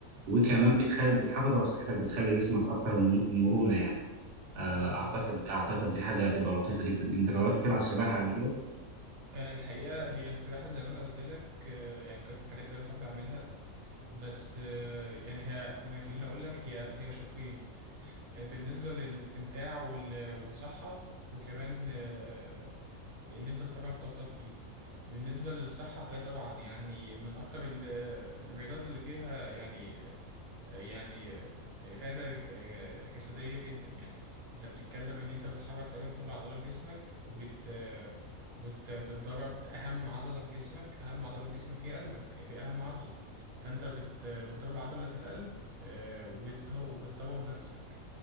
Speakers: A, on the right; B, on the right.
A: وكمان
B: اه
A: بتخلي بتحافظ على صحتك بتخلي جسمك اكتر مر- مرونه يعني آه،
B: جدا
A: اعتقد
B: حقيقي
A: اعتقد دي حاجه هتبقى لطيفه جدا انت جربت تلعب سباحه قبل كده
B: آه، الحقيقة هي السباحة زي ما أنا قلت لك آه، يعني كانت من الحاجات اللي أنا بحب أعملها بس آه، يعني هي أنا خليني أقول لك هي هي شقين آه، بالنسبة للاستمتاع وال- والصحة وكمان آه، إن أنت تفرغ طاقتك فيها بالنسبة للصحة فهي طبعا يعني من أكتر ال- الرياضات اللي فيها يعني يعني إفادة جسدية جدا يعني انت بتتكلم ان انت بتحرك تقريبا كل عضلات جسمك وبت وبت بتدرب اهم عضلة في جسمك اهم عضلة في جسمك هي قلبك دي اهم عضلة فانت بت بتدرب عضلة القلب آه، وبتطو- وبتطول نفسك